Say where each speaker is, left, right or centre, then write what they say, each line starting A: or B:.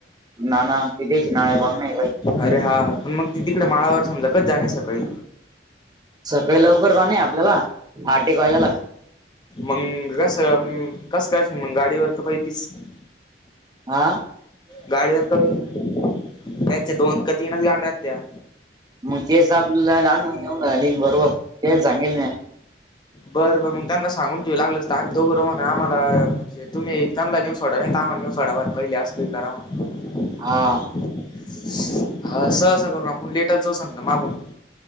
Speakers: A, on the right; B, on the left.
A: नाना <unintelligible>
B: अरे हा, पण मग तिकडे माळावर समजा कधी जाण सकाळी?
A: सकाळी लवकर जाण आपल्याला. आठ एक वाजायला.
B: मंग कस, अम करशील मग गाडीवर तर <unintelligible>
A: आ
B: गाडी <unintelligible> त्याच्या दोन का तीनच गाड्या राहत्या
A: मग तेच आपल्याला आणून नेऊन घालीन बरोबर तेल सांगेल हेना
B: बरं बर मग त्यांना सांगून ठेव लागलंच तर आम्ही दोघ राहू म्हना आम्हाला म्हणजे तुम्ही त्यांना नेऊन सोडा नाहीतर आम्हाला नेऊन सोडा बरं पहिल असं काहीतरी करा म्हणा
A: हा
B: हा सहसा करून आपण लेट <unintelligible> सांगता मागून.